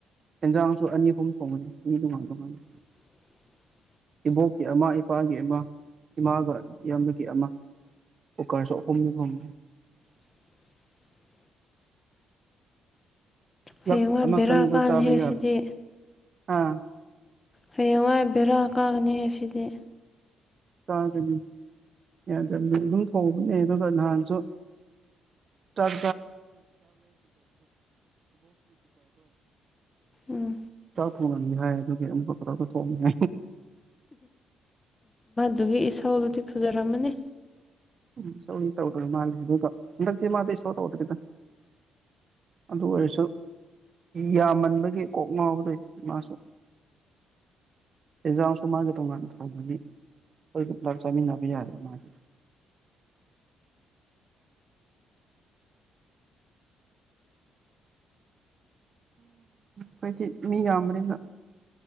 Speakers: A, on the right; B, on the left.
A: ꯌꯦꯦꯟꯖꯥꯡꯁꯨ ꯑꯅꯤ ꯑꯍꯨꯝ ꯊꯣꯡꯉꯅꯤ ꯃꯤ ꯇꯣꯉꯥꯟ ꯇꯣꯉꯥꯟꯅ
B: <unintelligible>
A: ꯏꯕꯣꯛꯀꯤ ꯑꯃ ꯏꯄꯥꯒꯤ ꯑꯃ ꯏꯃꯥꯒ ꯏꯌꯥꯝꯕꯒꯤ ꯑꯃ ꯑꯣꯀ ꯁ ꯀꯅ ꯀꯝ
B: <unintelligible>
A: ꯄꯨꯞ
B: ꯍꯌꯦꯡꯋꯥꯏ
A: ꯑꯃ
B: ꯕꯦꯔꯥ
A: ꯀꯪꯕꯗ
B: ꯀꯥꯅꯤꯍꯦ
A: ꯆꯥꯕ ꯌꯥꯕ
B: ꯁꯤꯗꯤ
A: ꯑꯥ
B: ꯍꯌꯦꯡꯋꯥꯏ ꯕꯦꯔꯥ ꯀꯥꯒꯅꯤ ꯑꯁꯤꯗꯤ
A: ꯀꯥꯒꯅꯤ ꯌꯥꯗ꯭ꯔꯕꯗꯤ ꯑꯗꯨꯝ ꯍꯧꯕꯅꯦ ꯑꯗꯨꯒ ꯅꯍꯥꯟꯁꯨ <inaudible> ꯆꯥꯛ
B: ꯎꯝ
A: ꯊꯣꯉꯝꯃꯤ ꯍꯥꯏ ꯑꯗꯨ ꯊ <inaudible>
B: ꯑꯗꯨꯒꯤ ꯏꯁꯥꯎꯗꯨꯗꯤ ꯐꯖꯔꯝꯃꯅꯤ
A: ꯢꯁꯧꯗꯤ ꯇꯧꯗꯔ ꯃꯟꯂꯦ ꯍꯟꯗꯛꯇꯤ ꯃꯗꯤ ꯢꯁꯧ ꯇꯧꯗꯔꯦꯗ ꯑꯗꯨ ꯑꯣꯏꯔꯁꯨ ꯌꯥꯝꯃꯟꯕꯒꯤ ꯀꯣꯛ ꯉꯥꯎꯕꯗꯣ ꯃꯥꯁꯨ ꯑꯦꯖꯥꯝꯁꯨ ꯃꯥꯥꯡꯒꯤ ꯇꯣꯉꯟꯅ ꯊꯥꯕꯒꯤ ꯈꯣꯢꯒ ꯄꯨꯂꯞ ꯆꯃꯤꯅꯥꯕ ꯌꯥꯔꯦ ꯃꯥꯒꯤ ꯀꯣꯏꯗꯤ ꯃꯤ ꯌꯥꯝꯕꯅꯤꯗ